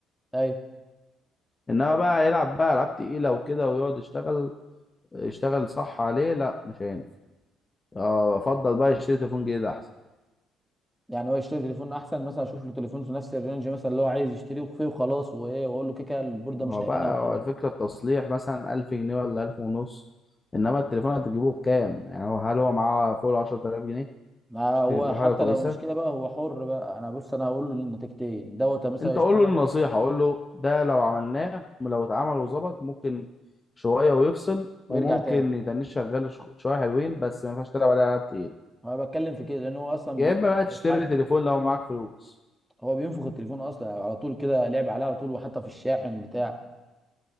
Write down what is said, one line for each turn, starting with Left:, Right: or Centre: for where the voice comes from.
Centre: ايوه
Left: انما بقى يلعب بقى العاب تقيله وكده ويقعد يشتغل يشتغل صح عليه لا مش هينفع آه، افضل بقى يشتري تليفون جديد احسن
Centre: يعني هو يشتري تليفون احسن مثلا اشوف له تليفون في نفس الرينج مثلا اللي هو عايز يشتريه فيه وخلاص وايه واقول له كده كده البورده
Left: ما
Centre: مش
Left: هو
Centre: لاقينا
Left: بقى
Centre: وخلاص
Left: هو الفكره التصليح مثلا 1000 جنيه ولا 1000 ونص انما التليفون هتجيبه بكام يعني هو هل هو معاه فوق ال 10000 جنيه
Centre: ما
Left: عشان
Centre: هو
Left: تجيب له
Centre: حتى
Left: حاجه كويسه
Centre: لو مش كده بقى هو حر بقى انا بص انا هقول له النتيجتين دوت مثلا
Left: انت
Centre: يشتغل
Left: قول له النصيحه قول له ده لو عملناه لو اتعمل وظبط ممكن شويه ويفصل
Centre: ويرجع
Left: وممكن
Centre: تاني
Left: يتنش شغال ش- شويه حلوين بس ما ينفعش تلعب عليه العاب تقيله
Centre: انا بتكلم في كده لان هو اصلا
Left: يا
Centre: بي-
Left: اما بقى
Centre: بيتحكم
Left: تشتري تليفون لو معاك فلوس
Centre: هو بينفخ التليفون اصلا على طول كده لعب عليه على طول وحتى في الشاحن بتاع